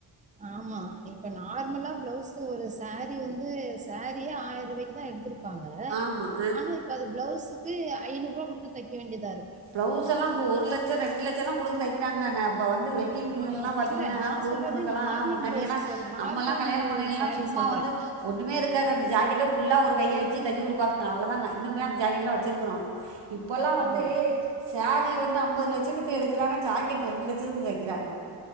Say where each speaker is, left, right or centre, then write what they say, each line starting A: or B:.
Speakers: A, on the right (about 15°); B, on the right (about 80°).
A: ஆமா இப்ப நார்மலா பிளவுஸ் ஒரு சாரீ வந்து சாரீயே ஆயரூவாய்க்கு தா எடுத்துருப்பாங்க
B: ஆமாம் ஆ
A: ஆனா இப்ப அது பிளவுஸுக்கு ஐநூரூவா குடுத்து தைக்க வேண்டியதா இருக்கு
B: பிளவுஸ் எல்லா இப்போ ஒரு லட்சோ ரெண்டு லட்சோலா குடுத்து தைக்கிறாங்க நா இப்ப வந்து வெ ட்டிங்கலா
A: ஆமா
B: பாத்தீங்கன்னா
A: இல்ல நா
B: புது
A: சொல்றது
B: பொண்ணுக்கெல்லா
A: நார்மல்
B: முன்னாடியெல்லா
A: பிளவுஸ் சொல் நார்மல்
B: நம்மல்லா கல்யாணம் பண்ணையலா
A: சாரீ
B: சும்மா
A: சொல்றே
B: வந்து ஒன்னுமே இருக்காது அந்த ஜாக்கெட்ட ஃபுல்லா ஒரு கைய வச்சு தைச்சு குடுப்பாங்க அவ்ளோ தாங்க இன்னுமே அந்த ஜக்கெட்லா வச்சுருக்குறோ இப்பல்லா வந்து
A: ஆமா
B: சாரீ வந்து அம்பது லட்சத்துக்கு எடுக்குறாங்க ஜாக்கெட் ரெண்டு லட்சத்துக்கு தைக்கிறாங்க